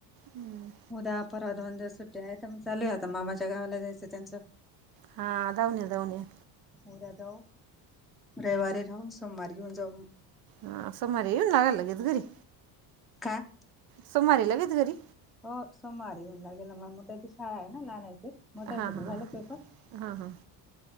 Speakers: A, on the right; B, in the centre.
A: हम्म.
B: उद्या परवा दोन दिवस सुट्ट्याय आता म, चालूया आता मामाच्या गावाला जायचं त्यांचं.
A: हा जाऊन या जाऊन या.
B: ऊद्या जाऊ,, रईवारी राऊन् सोमवारी येऊन जाऊ.
A: हा सोम्मारी यीऊन लागाल लगीच घरी.
B: काय
A: सोम्मारी लगेच घरी?
B: हो, सोम्मारी येऊन लागेल ना म म त्याची शाळाय ना लाण्याची,, मोठ्याचे
A: हां हां
B: त झाले पेपर.
A: हां हां हां